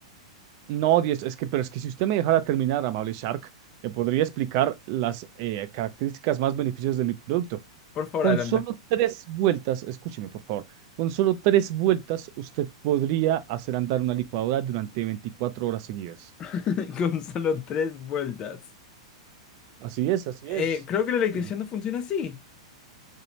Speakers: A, on the right; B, on the left.
A: no, Diez, es que, pero es que si usted me dejara terminar, amable Shark, le podría explicar las eh, características más beneficiosas de mi producto.
B: Por favor,
A: Con
B: adelante.
A: solo tres vueltas, escúcheme por favor, con solo tres vueltas usted podría hacer andar una licuadora durante 24 horas seguidas.
B: <laughs> Con solo tres vueltas.
A: Así es, así
B: Eh,
A: es.
B: creo que la electricidad
A: En serio.
B: no funciona así.